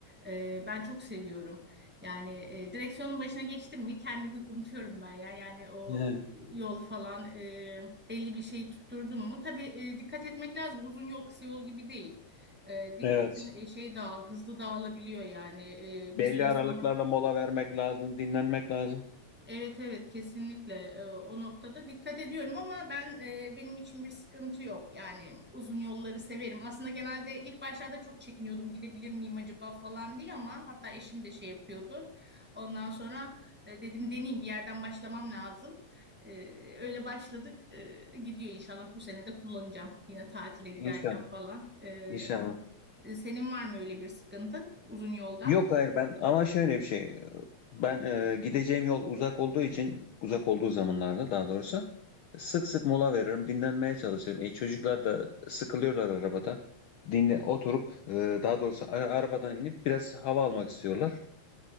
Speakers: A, in the centre; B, on the left.
A: Ee, ben çok seviyorum. Yani e, direksiyonun başına geçtim mi kendimi unutuyorum ben ya. Yani o
B: He,
A: yol falan e, belli bir şey tutturdum mu? Tabii e, dikkat etmek lazım. Uzun yol kısa yol gibi değil. E, dikkatin
B: Evet.
A: e, şey dağıl, hızlı dağılabiliyor yani. E,
B: Belli
A: bir süre
B: aralıklarla
A: sonra
B: mola vermek lazım, dinlenmek lazım.
A: Evet evet kesinlikle Ee, o noktada dikkat ediyorum ama ben e, benim için bir sıkıntı yok. Yani uzun yolları severim. Aslında genelde ilk başlarda çok çekiniyordum gidebilir miyim acaba falan diye ama hatta eşim de şey yapıyordu. Ondan sonra e, dedim deneyeyim bir yerden başlamam lazım. Ee, öyle başladık. Ee, gidiyor inşallah bu sene de kullanacağım yine tatile giderken
B: İnşallah.
A: falan. Ee,
B: İnşallah.
A: senin var mı öyle bir sıkıntı uzun yolda?
B: Yok hayır ben ama şöyle bir şey. Ben e, gideceğim yol uzak olduğu için uzak olduğu zamanlarda daha doğrusu sık sık mola veririm, dinlenmeye çalışırım. E, çocuklar da sıkılıyorlar arabada. Dinle oturup e, daha doğrusu a- arabadan inip biraz hava almak istiyorlar.